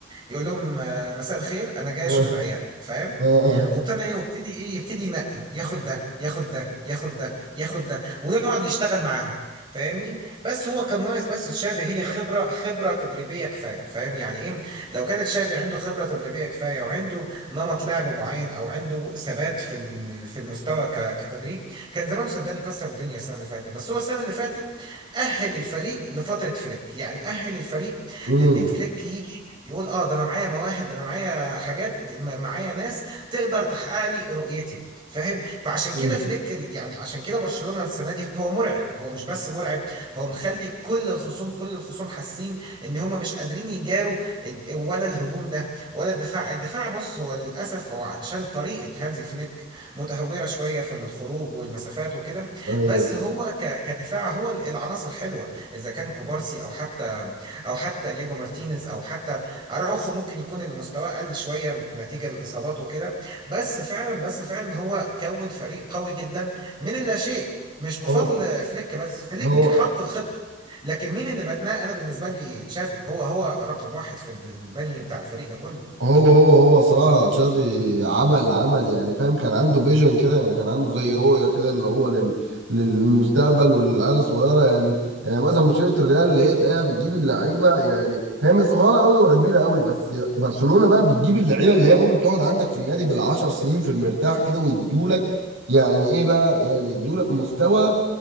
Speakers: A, on the right (about 25°); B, on the right (about 70°).
A: يقول لهم اه، مساء الخير انا جاي
B: اه
A: اشوف العيال فاهم
B: <laughs> اه
A: وابتدى ايه وابتدي ايه يبتدي ينقي ياخد ده ياخد ده ياخد ده ياخد ده ويقعد يشتغل معاهم فاهمني بس هو كان ناقص بس تشافي هي خبره خبره تدريبيه كفايه فاهم يعني ايه لو كانت تشافي عنده خبره تدريبيه كفايه وعنده نمط لعب معين او عنده ثبات في ال- في المستوى ك- كتدريب كان زمانه صدقني كسر الدنيا السنه اللي فاتت بس هو السنه اللي فاتت اهل الفريق لفتره فليك يعني اهل الفريق
B: امم
A: لان فليك يجي يقول اه ده انا معايا مواهب ده انا معايا حاجات ده- معايا ناس تقدر تحقق لي رؤيتي فاهم فعشان
B: امم
A: كده فليك ال- يعني عشان كده برشلونة السنة دي هو مرعب هو مش بس مرعب هو مخلي كل الخصوم كل الخصوم حاسين ان هم مش قادرين يجاروا الد- ولا الهجوم ده ولا الدفاع الدفاع بص هو للاسف هو عشان طريقة هانزي فليك متهورة شوية في الخروج والمسافات وكده
B: ايوه
A: بس هو ك- كدفاع هو ال- العناصر حلوة اذا كان كوبارسي او حتى او حتى نيجو مارتينيز او حتى اراوخو ممكن يكون اللي مستواه قل شوية نتيجة الاصابات وكده بس فعلا بس فعلا هو كون فريق قوي جدا من اللا شيء مش بفضل
B: هو
A: فليك بس فليك
B: هو
A: حط الخطة لكن مين اللي بناه انا بالنسبة لي تشافي هو هو رقم واحد في البني بتاع الفريق ده كله
B: هو هو هو صراحة تشافي عمل عمل يعني فاهم كان عنده فيجن كده يعني كان عنده زي رؤية كده اللي هو لل... للمستقبل وللعيال الصغيرة يعني يعني مثلا مشكلة الريال اللي هي تلاقيها بتجيب اللعيبة يعني هي مش صغيرة قوي ولا كبيرة قوي بس برشلونة بقى بتجيب اللعيبة اللي هي ممكن تقعد عندك في النادي بالعشر سنين في المرتاح كده ويدولك يعني ايه بقى يعني يدولك مستوى